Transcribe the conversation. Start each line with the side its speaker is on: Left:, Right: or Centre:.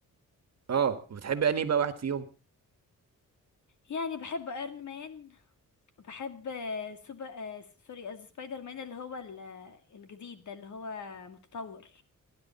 Right: اه وبتحبي انهي بقى واحد فيهم
Left: يعني بحب ايرون مان بحب آه، سوبر آه، سوري آه، سبايدر مان اللي هو ال- آه، الجديد ده اللي هو متطور